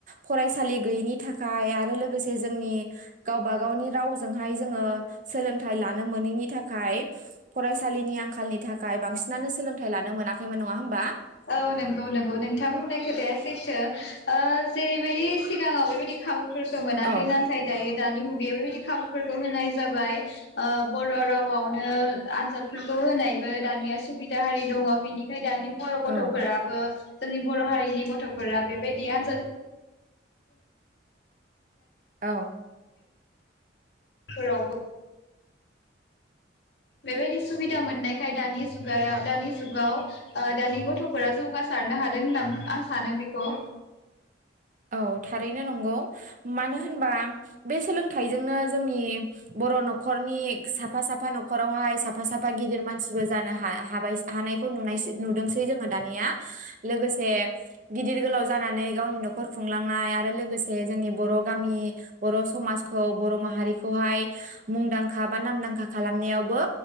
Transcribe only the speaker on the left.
औ नंगौ नंगौ नोंथां बुंनाय खोथाया सैथो ओ जेरैबायदि सिगाङाव बेबायदि खाबु फोरखौ मोनाखै
नाथाय दायो दानि मुगायाव बेबायदि खाबुफोरखौ होनाय जाबाय। ओ बर' रावआवनो आनजादफोरखौ होनायबो दानिया सुबिदा हारि दङ बेनिखाय दानि गथफोराबो
जोंनि बर'हारिनि गथफोरा बेबायदि आन्जाद
फोरावबो बेबायदि सुबिदा मोननायखाय दानि जुगायाव दानि जुगाव ओ दानि गथफोरा जौगासारनो हादों होनना आं सानो बेखौ।